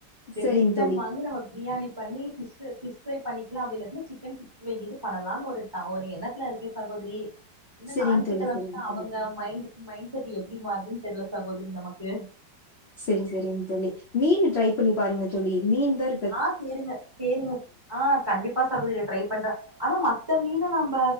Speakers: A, on the right; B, on the left.
A: நேந்
B: சரிங்க
A: சிக்கன்
B: தோழி
A: வாங்கி நம்ம பிரியாணி பண்ணி ஃபிஸ்ஸு ஃபிஸ் பிரை பண்ணிக்கலா அப்டி இல்லாட்டினா சிக்கன் சிக்ஸ்டி ஃபை இது பண்ணலானு ஒரு ட ஒரு எண்ண எண்ணத்துல இருக்கே சகோதிரி இன்ன
B: சரிங்க
A: ஞாயித்துக்கெழமனா
B: தோழி சரிங்க தோழி
A: அவுங்க மைண்ட் மைண்ட் செட் எப்டி மாறுதுன்னு தெரில சகோதிரி நமக்கு
B: செரி செரிங் தோழி மீன் ட்ரை பண்ணி பாருங்க தோழி மீன் தா இரு
A: ஆ சேரிங்க சேரிங்க ஆ கண்டிப்பா சகோதிரி ட்ரை பண்றே ஆனா மத்த மீன நம்ப